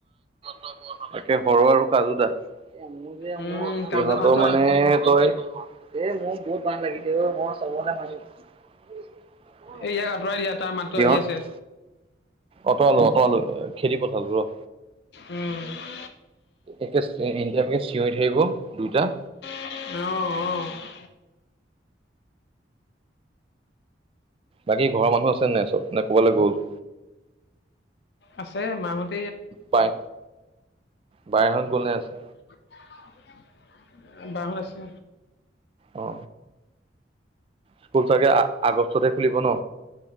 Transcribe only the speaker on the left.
উম কাজৰ মাতো
আহ
এই ইয়াক আঁতৰাই দিয়া তাৰ মাতটো
আহি আছে
উমঁ!
অঁ অঁ।
আছে মাহঁত
<unintelligible> বাহঁত আছে